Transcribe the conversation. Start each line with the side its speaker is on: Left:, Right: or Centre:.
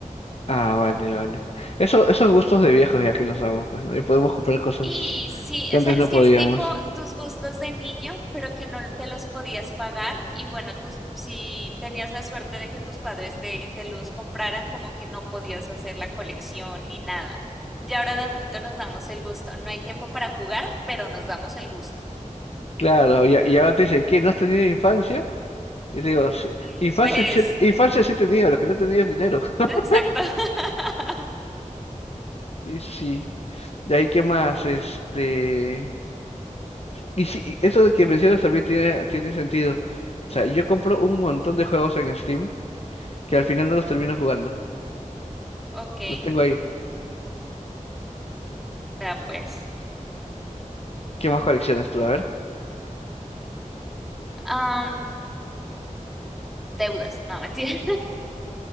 Left: ah, vale, vale. Eso, esos gustos de viejos ya que nos damos, pues, ¿no? Ya podemos comprar cosas
Centre: Y sí,
Left: que
Centre: o
Left: antes
Centre: sea, es
Left: no
Centre: que
Left: podíamos.
Centre: es tipo tus gustos de niño, pero que no te los podías pagar. Y bueno, tus, si tenías la suerte de que tus padres te, te los compraran, como que no podías hacer la colección ni nada. Y ahora de adulto nos damos el gusto. No hay tiempo para jugar, pero nos damos el gusto.
Left: Claro, y, a- y ahora te dicen, ¿qué? ¿No has tenido infancia? Y digo, "Sí,
Centre: Mm,
Left: infancia,
Centre: Pues,
Left: sí he- infancia sí he tenido, lo que no tenía es dinero. <laughs>
Centre: exacto. <laughs>
Left: Y sí. De ahí, ¿qué más? Este. Y sí, y eso de que mencionas también tiene, tiene sentido. O sea, yo compro un montón de juegos en Steam que al final no los termino jugando.
Centre: Ok,
Left: Los tengo ahí.
Centre: ya pues.
Left: ¿Qué más coleccionas tú? A ver.
Centre: Am, deudas, no, mentira.